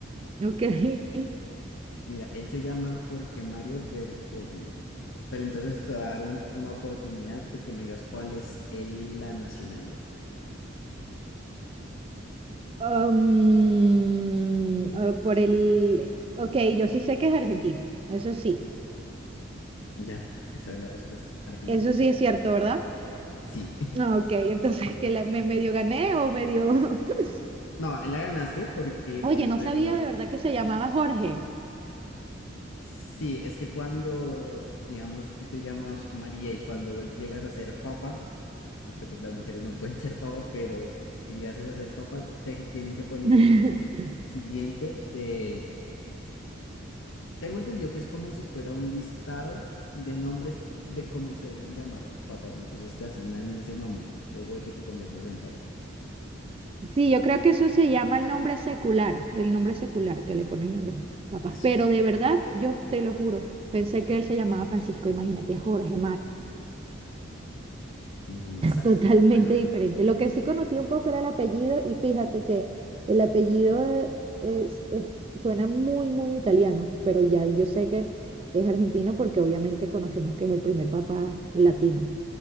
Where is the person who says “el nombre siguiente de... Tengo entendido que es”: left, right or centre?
Left